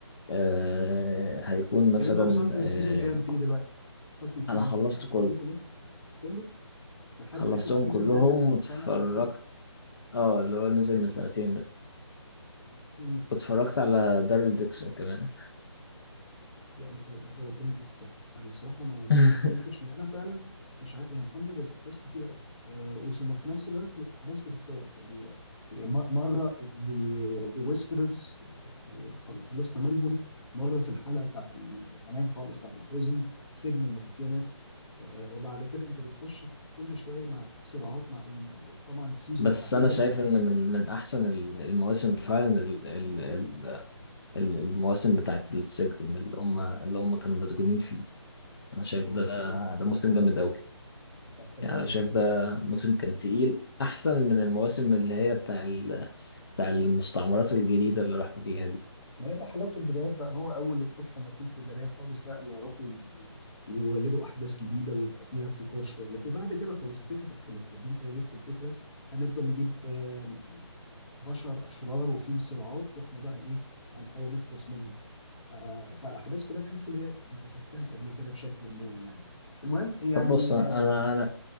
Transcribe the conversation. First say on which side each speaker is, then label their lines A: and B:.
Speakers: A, on the left; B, on the left.
A: آه هيكون مثلا
B: يعني انت وصلت
A: آه
B: للسيزون كام فيه دلوقتي؟ وصلت للسيزون
A: انا خلصت
B: كام؟ قفلتهم
A: كله
B: كلهم؟ كله؟ لحد
A: خلصتهم
B: اخر سيزون
A: كلهم
B: نزل من
A: واتفرجت
B: سنه او اتنين؟
A: اه اللي هو نزل
B: يعني
A: من سنتين ده
B: لا
A: اتفرجت على دارل ديكسون كمان
B: لا انت انت ربنا يديك الصح انا بصراحه ما ما
A: <laughs>
B: استحملتش لان انا فعلا مش عا... يا محمد الاحداث كتيره قوي أه وثم في نفس الوقت هي احداث بتتكرر يعني آه، م- مره ذا ويسبررز خلصنا منهم مره في الحلقه بتاعت ال- زمان خالص بتاعت البريزن بتاعت السجن لما كان فيها ناس أه وبعد كده انت بتخش كل شويه مع صراعات مع وطبعا السيزون
A: بس
B: بتاع نيجن
A: انا شايف ان من من احسن ال- المواسم فعلا ال- ال- ال- ال- المواسم بتاعت السجن اللي هم اللي هم كانوا مسجونين فيه انا شايف
B: اه
A: ده
B: حلو أوي.
A: ده موسم
B: كان حلو
A: جامد
B: قوي ده
A: قوي
B: كان حلو
A: يعني
B: قوي
A: انا شايف
B: ده
A: ده موسم كان تقيل احسن من المواسم اللي هي بتاع ال- بتاع المستعمرات الجديده اللي راحوا فيها دي
B: ما هي بقى حلاوة البدايات بقى هو أول القصة ما يكون في البداية خالص بقى بيعرفوا ي- ي- يولدوا أحداث جديدة ويبقى فيها ابتكار شوية لكن بعد كده خلاص الفكرة بتتحلب يعني أنت جبت الفكرة هنفضل نجيب آه، بشر أشرار وفيهم صراعات وإحنا بقى إيه هنحاول نخلص منهم آه، فالأحداث كلها تحس إن هي أنت شفتها قبل كده بشكل ما يعني المهم يعني
A: طب بص انا
B: آه،
A: انا